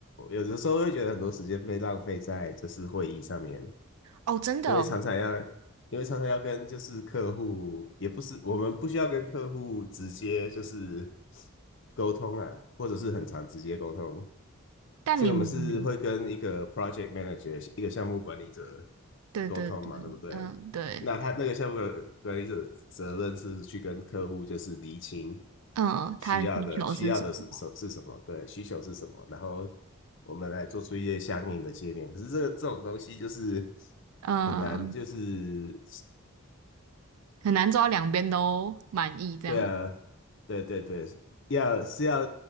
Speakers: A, on the left (about 55°); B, on the right (about 80°).
A: 有的时候会觉得很多时间被浪费在就是会议上面，
B: <laughs> 哦，真的哦。
A: 因为常常要，因为常常要跟就是客户，也不是我们不需要跟客户直接就是沟通啊，或者是很常直接沟通，
B: 但你们
A: 所以我们是会跟一个 project manager，一个项目管理者
B: 对对对，
A: 沟通嘛，对不对？
B: 嗯对。
A: 那他那个项目管理者责任是去跟客户就是厘清
B: 嗯，
A: 需要的需要的是什是什么，
B: 他的需求是什么？
A: 对，需求是什么，然后我们来做出一些相应的界面。可是这个这种东西就是
B: 嗯，
A: 很难，就是
B: 很难做到两边都满意这样。
A: 对啊，对对对，要是要